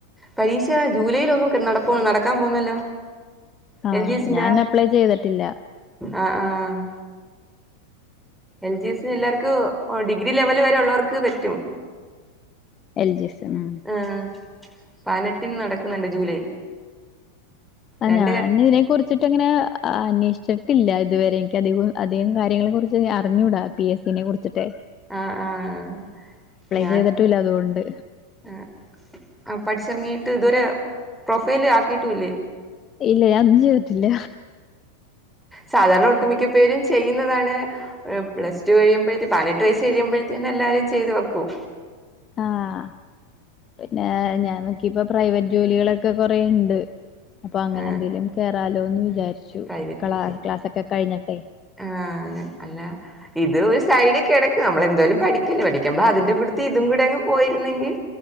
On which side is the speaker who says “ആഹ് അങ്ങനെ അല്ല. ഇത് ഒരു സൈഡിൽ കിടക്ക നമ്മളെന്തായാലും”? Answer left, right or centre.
Centre